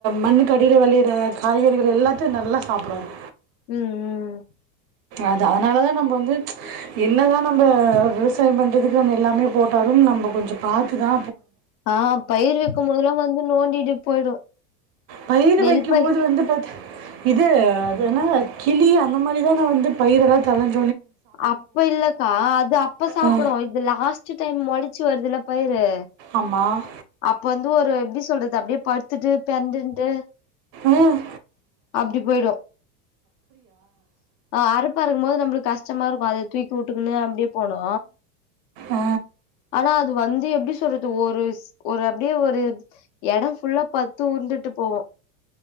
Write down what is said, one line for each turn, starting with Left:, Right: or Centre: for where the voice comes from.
Right: மண்ணுக் கடில வெளையிற காய்கறிகள் எல்லாத்தையு நல்லா சாப்பிடு வாங்க
Left: உம் உம்
Right: அது அதனால நம்ம வந்து என்ன தா நம்ம விவசாய பண்ணுறதுக்கு நம்ம எல்லாமே போட்டாலு நம்ப கொஞ்சம் பார்த்து தா
Left: ஆஹ் பயிர் வெக்குபோழுதெல்லா வந்து நோண்டிட்டு போயிடு
Right: பயிர்
Left: நெல்
Right: வைக்கும்
Left: பயிர்
Right: போது வந்து ப இது அதுனா கிளி அந்த மாரிதான வந்து பயிரெல்லா தளஞ்
Left: அப்ப இல்லக்கா அது அப்ப சாப்பிடும்
Right: ஆ
Left: இது லாஸ்ட் டைம் மொலச்சி வருதுல பயிரு
Right: ஆமாம்
Left: அப்ப வந்து ஒரு எப்டி சொல்றது அப்டியே படுத்துட்டு பெரண்ட்ன்டு
Right: உம்
Left: அப்டி போயிடும் ஆஹ் அறுப்பு அருக்கும் போது நம்மளுக்கு கஷ் <unintelligible> அத தூக்கி வுட்டுக்கனு அப்டியே போனோ
Right: ஆ
Left: ஆனா அது வந்து எப்டி <unintelligible> ஒரு ஷ் ஒரு அப்டியே ஒரு எடம் ஃபுல்லா ப தூர்ந்துட்டு போவோம்